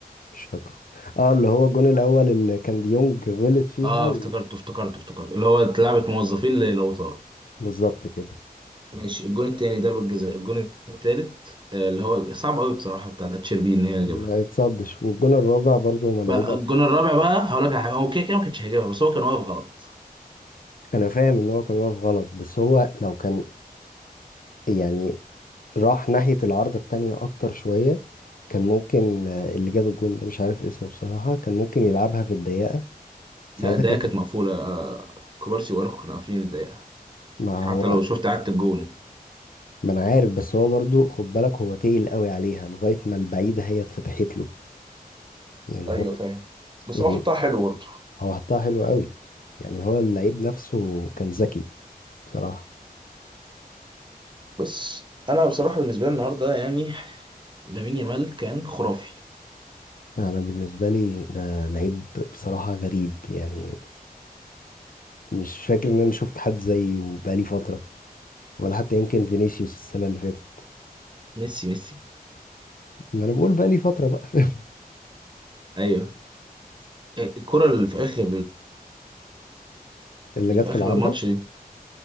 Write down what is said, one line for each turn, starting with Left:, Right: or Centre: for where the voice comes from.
Left: مش فاكره اه اللي هو الجون الاول اللي كان ديونج غلط فيها
Right: اه
Left: و...
Right: افتكرته افتكرته افتكرته اللي هو لعبة موظفين لو طاروا
Left: بالظبط كده
Right: ماشي الجون التاني ضربة جزاء الجون التالت آه، اللي هو صعب قوي بصراحة بتاعت اتشيربي ان هي
Left: ما
Right: تجيبها
Left: اتصدش والجون الرابع برضو ملعوبة
Right: بقى الجون الرابع بقى هقول لك على حاجة هو كده كده ما كانش هيجيبها بس هو كان واقف غلط
Left: انا فاهم ان هو كان واقف غلط بس هو لو كان يعني راح ناحية العارضة التانية اكتر شوية كان ممكن آه، اللي جاب الجون ده مش عارف اسمه بصراحة كان ممكن يلعبها في الضيقة ساعتها
Right: لا الدقيقة
Left: كانت
Right: كانت
Left: هت-
Right: مقفولة آه، كوبارسي واروخو كانوا قافلين الدقيقة
Left: ما
Right: حتى
Left: هو
Right: لو شفت عدت الجون
Left: ما انا عارف بس هو برضو خد بالك هو تقل قوي عليها لغاية ما البعيدة هي اتفتحت له يعني
Right: ايوه
Left: هو
Right: فاهم بس
Left: يعني
Right: هو حطها حلو برضه
Left: هو حطها حلو قوي يعني هو اللعيب نفسه كان ذكي بصراحة
Right: بس انا بصراحه بالنسبه لي النهارده يعني لامين يامال كان خرافي
Left: انا بالنسبة لي ده لعيب بصراحة غريب يعني مش فاكر ان انا شفت حد زيه بقالي فترة ولا حتى يمكن فينيسيوس السنة اللي فاتت
Right: ميسي ميسي
Left: ما انا بقول بقى لي فترة بقى
Right: ايوه الكرة اللي في اخر
Left: اللي
Right: اللي
Left: جت
Right: في
Left: في
Right: اخر
Left: العارضة
Right: الماتش دي